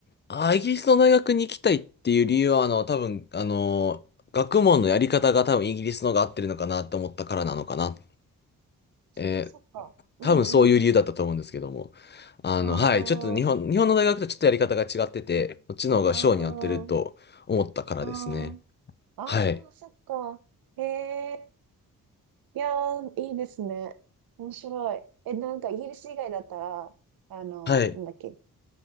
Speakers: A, on the left; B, on the right.
A: あ、イギリスの大学に行きたいっていう理由は、あの、多分、あの、学問のやり方が多分イギリスのが合ってるのかなと思ったからなのかな。
B: そっかそっか。
A: えー
B: うんうん。
A: 多分そういう理由だったと思うんですけども。あの、
B: ああ、
A: はい。ちょっと日本、日本の大学とちょっとやり方が違ってて、こっちの方が性に合ってると思ったからですね。
B: うんうん。うん。ああ、
A: はい。
B: そっか。へえ。いやー、いいですね。面白い。え、なんかイギリス以外だったら、あの、
A: はい。
B: なんだっけ、